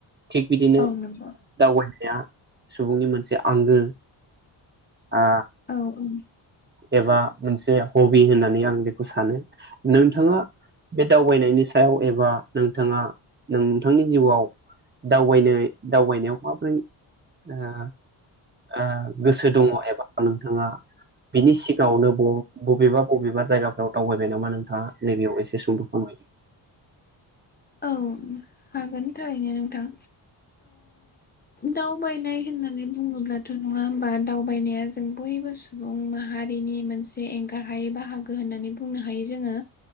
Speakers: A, on the right; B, on the left.
A: थिग बिदिनो
B: औ नंगौ
A: दावबायनाया सुबुंनि मोनसे आंगो आ
B: औ औ।
A: एबा मोनसे हबि होननानै आं बेखौ सानो। नोंथाङा बे दावबायनायनि सायाव एबा नोंथाङा नोंथांनि जिउआव दावबायनो दावबायनायाव माब्रै ओ ओ गोसो दङ' एबा नोंथाङा बिनि सिगाङावनो ब-बबेबा बबेबा जायगाफ्राव दावबाय नामा नोंथाङा नैबेयाव एसे सुंद' फोरमायदो।
B: औ हागोन थारैनो नोंथां। दाव बायनाय होननानै बुङोब्ला थ' नङा होमबा दावबायनाया जों बयबो सुबुं माहारिनि मोनसे एंगारहायै बाहागो। गो होननानै बुंनो हायो जोङो